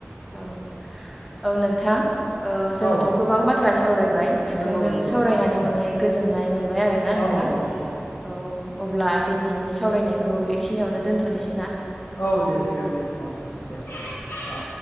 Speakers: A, in the centre; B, on the left (about 90°).
A: औ औ नोंथां ओ जोंथ'
B: औ
A: गोबां बाथ्रा सावरायबाय नोंथांजों
B: नंगौ नंगौ
A: सावरायनानै
B: औ
A: माने गोजोननाय मोनबाय आरोना
B: औ
A: नोंथां
B: औ
A: औ अब्ला दिनैनि सावरायनायखौ एखिनियावनो दोनथ'नोसै ना
B: औ दे थिगानो दे औ दे औ